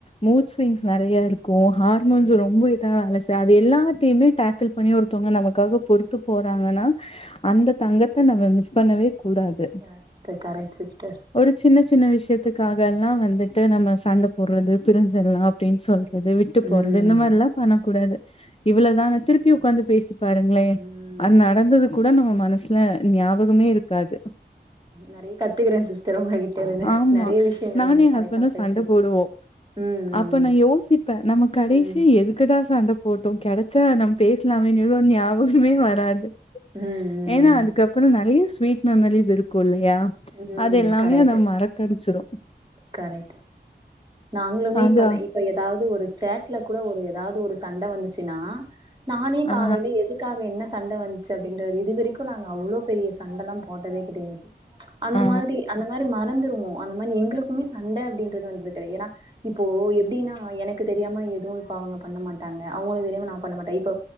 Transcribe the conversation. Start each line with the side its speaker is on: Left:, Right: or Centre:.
Left: மூத் ஸ்விங்ஸ் நிறைய இரு இரு ஹார்மோன்ஸ்
Right: யா
Left: ரொம்ப இதா வேல அது எல்லாத்தையுமே டேக்கிள் பண்ணி ஒருத்தவங்க நமக்காக பொறுத்து போறாங்கன்னா அந்த தங்கத்தை நம்ம மிஸ் பண்ணவே கூடாது
Right: யா சிஸ்டர் கரெக்ட் சிஸ்டர்
Left: ஒரு சின்ன சின்ன விஷயத்துக்காக எல்லா வந்துட்டு நம்ம சண்டை போடுறது பிரிஞ்சிடலா அப்படின்னு சொல்ற அது விட்டு போறது
Right: ம்
Left: இந்த மாரிலா பண்ணா கூடாது இவ்வளதானே திருப்பி உட்காந்து பேசக் பாருங்களே
Right: ம்
Left: அது நடந்தது கூட நம்ம மனசுல ஞாபகமே இருக்காது
Right: நிறைய கத்துக்குறேன் சி்ஸ்டர் உங்ககிட்ட இருந்து
Left: ஆமா
Right: நெறைய விஷயங்கள்
Left: நானுஎன்
Right: நீங்க கரெக்டா
Left: ஹஸ்பண்டு
Right: பேசுறீங்க
Left: சண்ட போடுவோம்
Right: ம்
Left: அப்ப நா யோசிப்பேன் நம்ம கடைசியா
Right: ம்
Left: எதுக்குடா சண்ட ஓட்டோ கெடை <unintelligible> சார் நம்ப பேசலாமே நியூ ஞாபகமே வராது
Right: ம் ம் ம்
Left: ஏன்னா அதுக்கப்புறம்
Right: ம்
Left: நிறைய ஸ்வீட் மெமரீஸ் இருக்குலேயா யஅது
Right: ம் ம்
Left: எல்லாமே
Right: கரெக்ட்டு
Left: அத மற முச்சிடும்
Right: கரெக்ட் நாங்களுமே
Left: அதா
Right: இப்பஇப்ப ஏதாவது ஒரு சேட்டுல கூட ஒரு எதாவது ஒரு சண்ட வந்துச்சுன்னா நானே காலையில
Left: ஆ,
Right: எதுக்காக என்ன சண்ட வந்துச்சு அப்படின்றது இதுவரைக்கும் நாங்கள் அவ்வளோ பெரிய சண்டைலாம் போட்டதே கிடையாது அந்த
Left: ஆ.
Right: மாதிரி அந்த மாதிரி மறந்துருவோ அந்த மாதிரி எங்களுக்கு எப்பவுமே சண்டை அப்படின்றது வந்தது கிடையா ஏன்னா இப்போ எப்படின்னா எனக்கு தெரியாம எதுவும் இப்ப அவங்க பண்ண மாட்டாங்க அவங்களுக்கு தெரியாம நான் பண்ண மாட்டேன் இப்போ